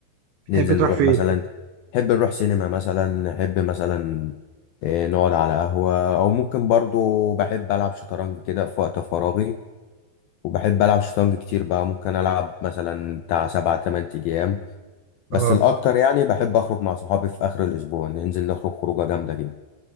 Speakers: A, on the right; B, on the left.
A: بتحب
B: ننزل
A: تروح
B: نروح
A: فين؟
B: مثلا نحب نروح سينما مثلا نحب مثلا اه، نقعد على قهوه او ممكن برضو بحب العب شطرنج كده في وقت فراغي وبحب العب شطرنج كتير بقى ممكن العب مثلا بتاع سبع تمن ايام بس
A: آه
B: الاكتر يعني بحب اخرج مع صحابي في اخر الاسبوع ننزل نخرج خروجه جامده كده